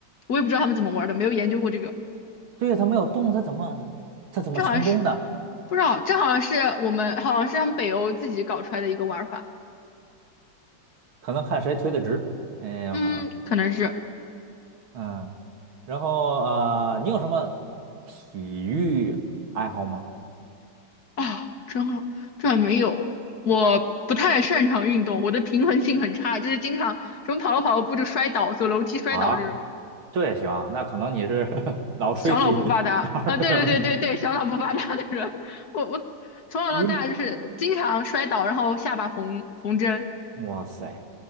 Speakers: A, on the left; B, on the right.
A: 我也不知道他们怎么玩的，没有研究过这个，
B: 对呀，他没有动，他怎么他怎么成功的？
A: 这好像是不知道，这好像是我们好像是他们北欧自己搞出来的一个玩法，
B: 可能看谁推的直，哎，有可能，
A: 嗯，可能是
B: 嗯，然后呃，你有什么体育爱好吗？
A: 啊，我真好，这还没有，我不太擅长运动，我的平衡性很差，就是经常什么跑了跑了步就摔倒，走楼梯摔倒这种。
B: 啊，这也行啊，那可能你是 <laughs> 脑吹题，
A: 小脑不发达啊，
B: <laughs> 哪儿有点问题？
A: 对对对对对，小脑不发达的人，<laughs> 我我从小到大就是经常摔倒，
B: 应，
A: 然后下巴缝缝针
B: 哇塞，